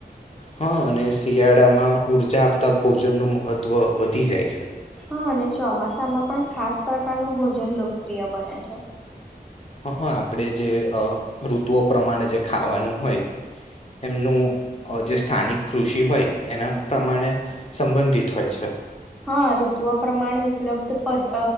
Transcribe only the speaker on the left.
હા અને શિયાળામાં ઉર્જા આપતા ભોજન નું મહત્વ વધી જાય છે
હં હં આપણે જે ઋતુઓ પ્રમાણે જે ખાવાનું હોય એમનું જે સ્થાનિક કૃષિ હોય એના પ્રમાણે સંબંધિત હોય છે